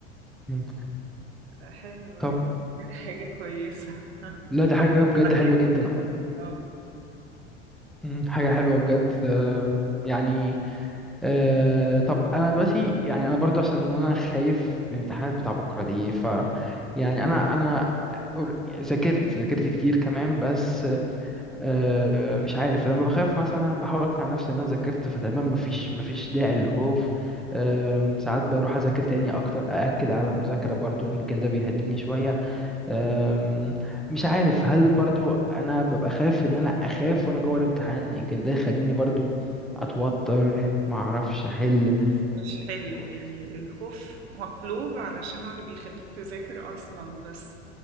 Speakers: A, in the centre; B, on the right (about 65°).
A: مم.
B: حلو
A: طب
B: يعني دي كانت حاجة كويسة. <laughs>
A: لا دي حاجة بجد
B: بعدين
A: حلوة جدا
B: آه،
A: مم، حاجة حلوة بجد آه، يعني آه، طب أنا دلوقتي يعني أنا برضو عشان أنا خايف من الامتحانات بتاع بكرة دي ف يعني أنا أنا أور- ذاكرت ذاكرت كتير كمان بس آه، مش عارف لما بخاف مثلا بحاول أقنع نفسي إن أنا ذاكرت فتمام مفيش مفيش داعي للخوف آم، ساعات بروح أذاكر تاني أكتر أأكد على المذاكرة برضو يمكن ده بيهديني شوية أم، مش عارف هل برضو انا ببقى خايف ان انا اخاف وانا جوه الامتحان يمكن ده يخليني برضو اتوتر ما اعرفش احل
B: مش حلو
A: كو-
B: يعني الخوف مطلوب علشان هو اللي بيخلّيك تذاكر أصلًا، بس